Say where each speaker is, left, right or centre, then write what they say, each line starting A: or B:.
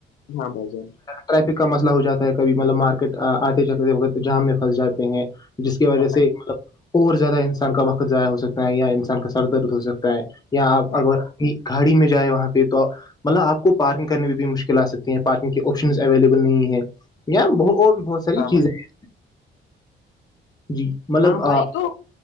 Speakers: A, on the left; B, on the left.
A: ہاں بھائی جان
B: ٹریفک کا مسئلہ ہو جاتا ہے کبھی مطلب مارکیٹ آتے جاتتے وقت جام میں پھنس جاتے ہیں جس کی وجہ
A: ہاں بھائی
B: سے مطلب اور زیادہ انسان کا وقت ضائع ہو سکتا ہے یا انسان کا سر درد ہو سکتا ہے یا آپ
A: ہاں
B: اگرنی گاڑی میں جائ وہاں پہ تو مطلب آپ کو پارکنگ کرنے میں بھی مشکل آ سکتی ہیں پارکنگ کے آپشن اویلیبل نہیں ہے یا اور بھی بہت ساری
A: ہاں بھائی
B: چیزیں ہیں جی مطلب
A: ہاں بھائی
B: آ،
A: تو